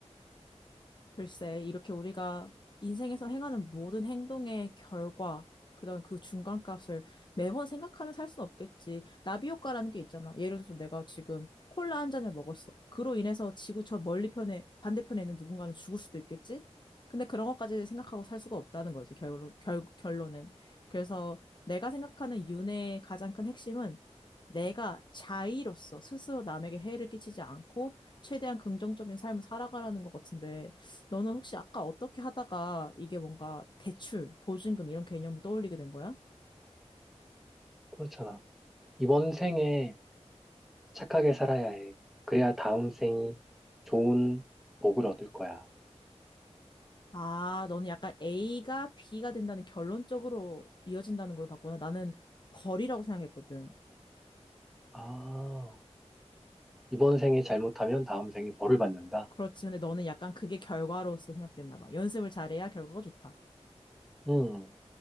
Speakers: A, on the left (about 40°); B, in the centre.
A: 글쎄, 이렇게 우리가 인생에서 행하는 모든 행동의 결과, 그다음 그 중간값을 매번 생각하면서 할 수는 없겠지. 나비 효과라는 게 있잖아. 예를 들어서 내가 지금 콜라 한 잔을 먹었어. 그로 인해서 지구 저 멀리 편에 반대편에 있는 누군가는 죽을 수도 있겠지. 근데 그런 것까지 생각하고 살 수가 없다는 거지. 결론 결, 결론은. 그래서 내가 생각하는 윤회의 가장 큰 핵심은 내가 자의로서 스스로 남에게 해를 끼치지 않고 최대한 긍정적인 삶을 살아가라는 것 같은데 너는 혹시 아까 어떻게 하다가 이게 뭔가 대출, 보증금 이런 개념을 떠올리게 된 거야?
B: 그렇잖아. 이번 생에 착하게 살아야 해. 그래야 다음 생이 좋은 복을 얻을 거야.
A: 아, 너는 약간 A가 B가 된다는 결론적으로 이어진다는 걸 봤구나. 나는 벌이라고 생각했거든.
B: 아, 이번 생에 잘못하면 다음 생에 벌을 받는다.
A: 그렇지. 근데 너는 약간 그게 결과로서 생각됐나 봐. 연습을 잘해야 결과가 좋다.
B: 음,